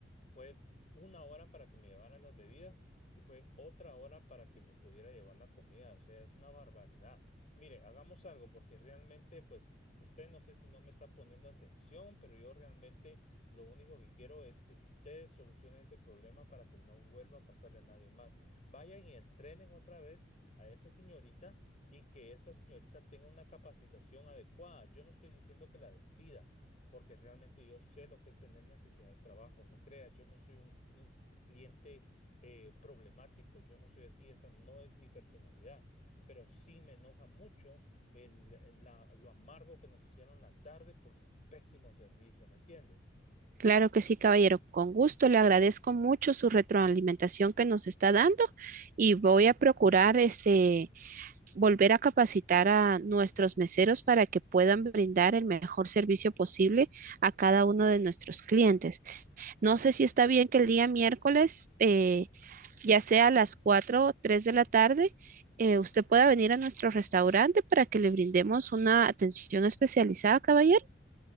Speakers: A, on the left; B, on the right.
A: Fue una hora para que me llevaran las bebidas y fue otra hora para que me pudiera llevar la comida. O sea, es una barbaridad. Mire, hagamos algo porque realmente, pues, usted no sé si no me está poniendo atención, pero yo realmente lo único que quiero es que usted solucione ese problema para que no vuelva a pasarle a nadie más. Vayan y entrenen otra vez a esa señorita y que esa señorita tenga una capacitación adecuada. Yo no estoy diciendo que la despida porque realmente yo sé lo que es tener necesidad de trabajo. No creas, yo no soy un, un cliente eh, problemático, yo no soy así, esta no es mi personalidad, pero sí me enoja mucho el, la- lo amargo que nos hicieron la tarde por su pésimo servicio, ¿me entiende?
B: Claro que sí, caballero, con gusto. Le agradezco mucho su retroalimentación que nos está dando y voy a procurar este volver a capacitar a nuestros meseros para que puedan brindar el mejor servicio posible a cada uno de nuestros clientes. No sé si está bien que el día miércoles eh, ya sea a las 4 o 3 de la tarde, eh, usted pueda venir a nuestro restaurante para que le brindemos una atención especializada, caballero.